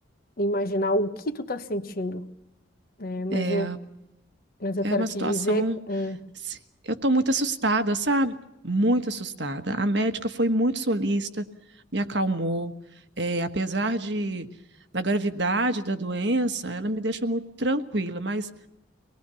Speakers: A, on the left (about 50°); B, on the right (about 60°).
A: imaginar o que tu tá sentindo, né? Mas
B: É,
A: eu, mas eu quero
B: é, é uma
A: te
B: situação.
A: dizer, hum,
B: se- Eu estou muito assustada, sabe? Muito assustada. A médica foi muito solícita, me acalmou. É, apesar de, da gravidade da doença, ela me deixou muito tranquila. Mas